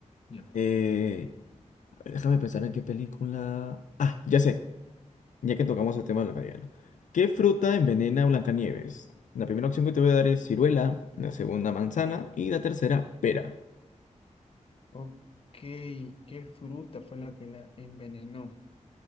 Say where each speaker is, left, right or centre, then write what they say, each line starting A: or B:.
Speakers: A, on the left (about 45°); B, on the left (about 80°).
A: Yep.
B: Eh, a ver, déjame pensar en qué película. Ah, ya sé, ya que tocamos el tema de Blancanieves. ¿Qué fruta envenena a Blancanieves? La primera opción que te voy a dar es ciruela, la segunda manzana y la tercera pera.
A: Ok, ¿qué fruta fue la que la envenenó?